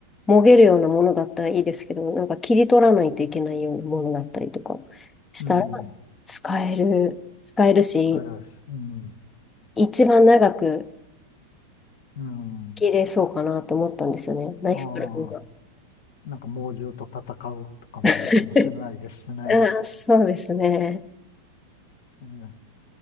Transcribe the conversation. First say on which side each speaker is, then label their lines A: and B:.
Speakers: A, on the left; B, on the left.
A: う、もげるようなものだったらいいですけど、なんか切り取らないといけないようなものだったりとかしたら、
B: うん。
A: 使える、使えるし、
B: あれです。うん。
A: 一番長く、
B: うん。
A: 切れそうかなと思ったんですよね。ナイフプランが。
B: ああ、なんか猛獣と戦うとかもあるかもしれないですね。
A: <laughs> あーそうですね。
B: ええ